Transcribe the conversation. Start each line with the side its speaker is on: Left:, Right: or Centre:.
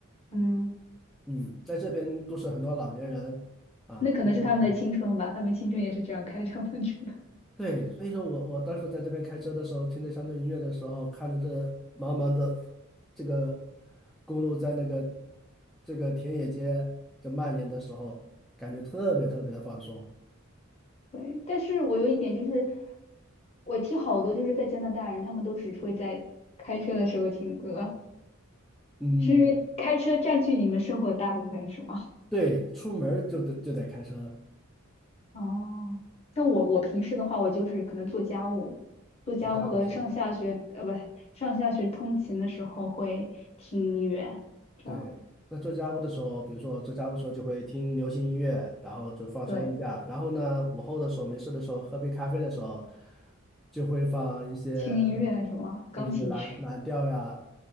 Left: 嗯，
Centre: 嗯，在这边都是很多老年人啊，
Left: 那可能是他们的青春吧，
Centre: 开这种车
Left: 他们青春也是这样开敞篷车的。
Centre: 对，所以说我我当时在这边开车的时候，听着乡村音乐的时候，看着这茫茫的这个公路在那个这个田野间这蔓延的时候，感觉特别特别的放松。
Left: 对，但是我有一点就是，我听好多就是在加拿大人，他们都只会在开车的时候听歌，
Centre: 嗯，
Left: 是因为开车占据你们生活的大部分，是吗？
Centre: 对，出门儿就得就得开车，
Left: 哦，像我我平时的话，我就是可能做家务，做家务和上下学呃不上下学通勤的时候会听音乐，
Centre: 就这样子是吧
Left: 这样
Centre: 对，那做家务的时候，比如说做家务的时候就会听流行音乐，然后就放松一下。
Left: 对，
Centre: 然后呢，午后的时候没事的时候，喝杯咖啡的时候，就会放一些
Left: 听音乐什么钢琴曲，
Centre: 就是蓝蓝调呀，